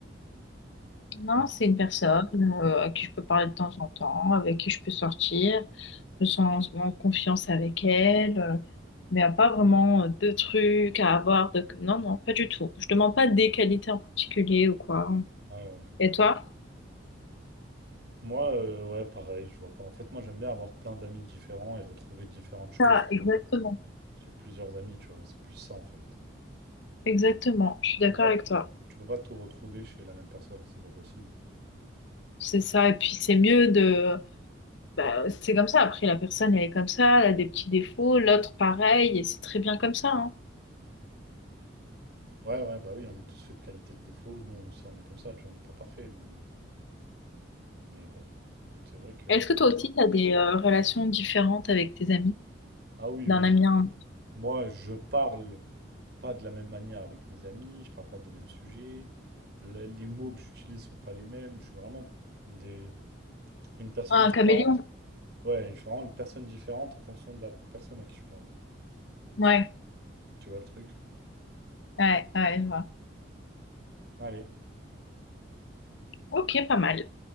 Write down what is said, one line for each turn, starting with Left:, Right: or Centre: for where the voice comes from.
Left: Non,
Right: quand-
Left: c'est une personne euh, à qui je peux parler de temps en temps, avec qui je peux sortir, je me sens en confiance avec elle, euh, mais y a pas vraiment euh, de trucs à avoir. De... Non, non, pas du tout. Je demande pas des qualités en particulier ou quoi.
Right: ouais, ouais, je vois.
Left: Et toi?
Right: Moi, euh, ouais, pareil, je vois pas. En fait, moi, j'aime bien avoir plein d'amis différents et retrouver différentes choses
Left: Ça, exactement.
Right: chez, chez plusieurs amis, tu vois. C'est plus ça, en fait.
Left: Exactement, je suis
Right: Tu
Left: d'accord
Right: peux pas,
Left: avec toi.
Right: tu peux pas tout retrouver chez la même personne, c'est pas possible.
Left: C'est ça, et puis c'est mieux de... bah, c'est comme ça, après la personne, elle est comme ça, elle a des petits défauts, l'autre pareil, et c'est très bien comme ça, hein.
Right: Ouais, ouais, bah oui, on est tous faits de qualités, de défauts. Nous, on aussi, on est comme ça, tu vois, on n'est pas parfait, mais, mais bon. Écoute, c'est vrai que.
Left: Est-ce
Right: c'est-
Left: que toi aussi, tu as des euh, relations différentes avec tes amis,
Right: Ah oui,
Left: d'un
Right: oui.
Left: ami à un,
Right: Moi, je parle. pas de la même manière avec mes amis, je parle pas des mêmes sujets, la- les mots que j'utilise sont pas les mêmes, je suis vraiment des, une personne
Left: à un
Right: différente.
Left: caméléon?
Right: Ouais, je suis vraiment une personne différente en fonction de la personne à qui je parle.
Left: Ouais,
Right: Tu vois le truc?
Left: ouais, ouais, je vois.
Right: Allez.
Left: Ok, pas mal.